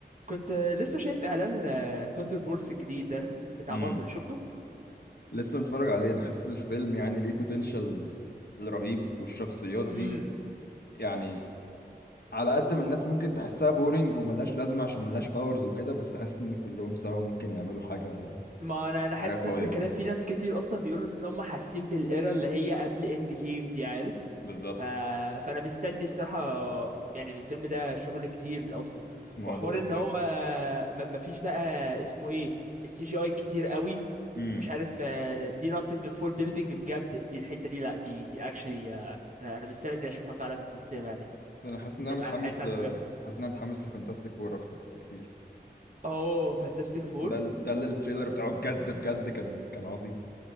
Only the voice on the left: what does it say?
امم
لسه متفرج عليه انا حاسس الفيلم يعني ليه بوتنشال رهيب والشخصيات دي
يعني على قد ما الناس ممكن تحسها بورينج وملهاش لازمة عشان ملهاش باورز وكده بس حاسس ان كلهم سوا ممكن يعملوا حاجة
حاجة قوية
يعني
بالظبط
الموضوع
اكسايتنج
امم
انا حاسس ان
انا متحمس
ل
حاسس ان انا متحمس لفانتاستيك فور اكتر بكتير
ده ال- ده اللي التريلر بتاعه بجد بجد كان كان عظيم